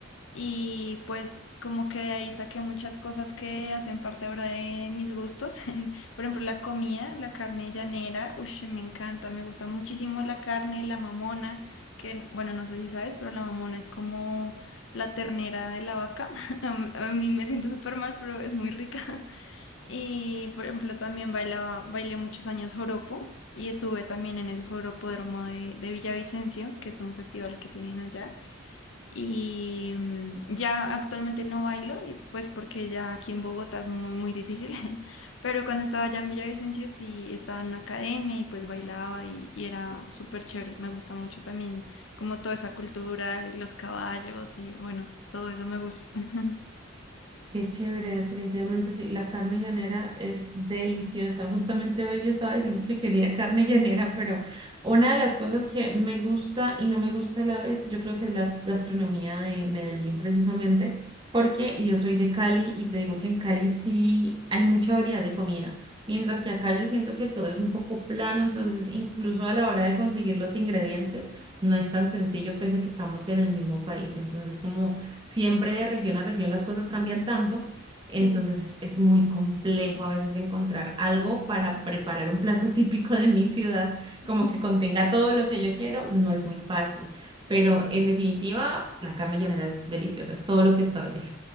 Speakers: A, on the left; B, on the right.
A: Y pues como que de ahí saqué muchas cosas que hacen parte ahora de mis gustos. <laughs> Por ejemplo, la comida, la carne llanera, uff, me encanta, me gusta muchísimo la carne, la mamona, que bueno, no sé si sabes, pero la mamona es como la ternera de la vaca. <laughs> A mí me siento súper mal, pero es muy rica. <laughs> Y por ejemplo, también bailaba, bailé muchos años joropo. Y estuve también en el Joropódromo de, de Villavicencio, que es un festival que tienen allá. Y mm, ya actualmente no bailo, y pues porque ya aquí en Bogotá es muy, muy difícil. <laughs> Pero cuando estaba allá en Villavicencio sí estaba en una academia y pues bailaba y, y era súper chévere. Me gusta mucho también como toda esa cultura, y los caballos y bueno, todo eso me gusta. <laughs>
B: Qué chévere, definitivamente sí. La carne llanera es deliciosa. Justamente hoy yo estaba diciendo que quería carne llanera, pero una de las cosas que me gusta y no me gusta a la vez, yo creo que es la gastronomía de Medellín precisamente, porque yo soy de Cali y te digo que en Cali sí hay mucha variedad de comida, mientras que acá yo siento que todo es un poco plano, entonces incluso a la hora de conseguir los ingredientes no es tan sencillo, pese a que estamos en el mismo país. Entonces, como siempre de región a región las cosas cambian tanto, entonces
A: Sí,
B: es, es muy complejo a veces encontrar algo para preparar un plato <laughs> típico de mi ciudad, como
A: <laughs>
B: que contenga todo lo que yo quiero, no es muy fácil. Pero en definitiva, la carne llanera es deliciosa, es todo lo que está bien.